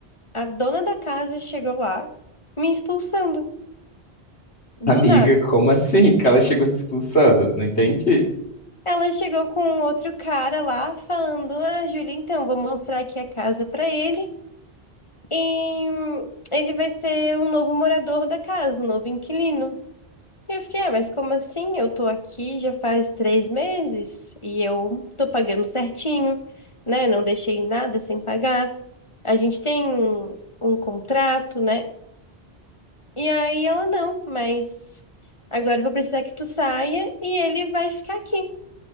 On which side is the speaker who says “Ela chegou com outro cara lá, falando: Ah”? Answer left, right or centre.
Left